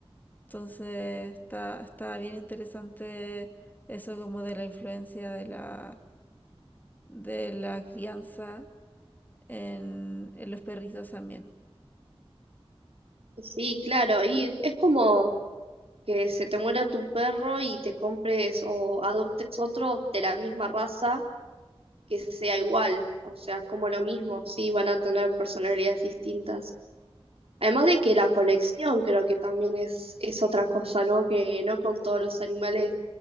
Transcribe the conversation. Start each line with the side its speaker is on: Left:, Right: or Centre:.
Left: Entonces está, está bien interesante eso como de la influencia de la, de la crianza en, en los perritos también.
Right: sí, claro. Y es como que se te muera tu perro y te compres o adoptes otro de la misma raza que sea igual, o sea, es como lo mismo, sí, van a tener personalidades distintas. Además de que la conexión creo que también es, es otra cosa, ¿no? Que no con todos los animales